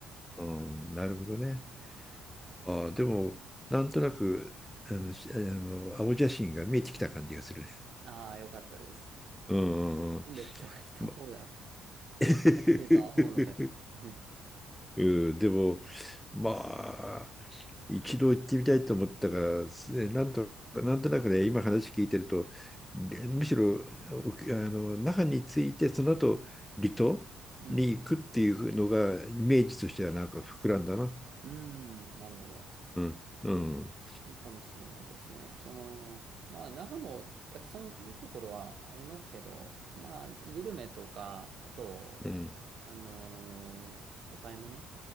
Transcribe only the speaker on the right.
ああ、よかったです。
住んでる人がいた方が、
きっと、
分りやすいとは思うので。うん。
うん。
うん、なるほど。
まいいかもしれないですね。その、まあ、那覇もたくさんいいところはありますけど、まあ、グルメとか、あと、
あのーお買い物、